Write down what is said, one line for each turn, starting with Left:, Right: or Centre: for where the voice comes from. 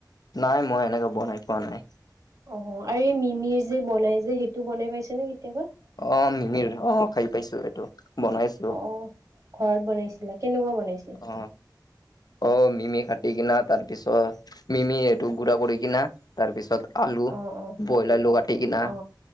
Left: নাই মই এনেকে বনাই পোৱা নাই।
Right: অ আৰু এই মিমিৰ যে বনাই যে সেইটো বনাই পাইছে নে কেতিয়াবা?
Left: অ মিমিৰ অ খাই পাইছো এইটো বনাইছোঁ।
Right: অ ঘৰত বনাইছিলা কেনেকুৱা বনাইছিলা?
Left: অ অ মিমি কাটি কিনা তাৰ পিছত মিমি এইটো গুৰা কৰি কিনা তাৰ পিছত আলু
Right: অ অ
Left: বইল আলু কাটি কিনা
Right: অ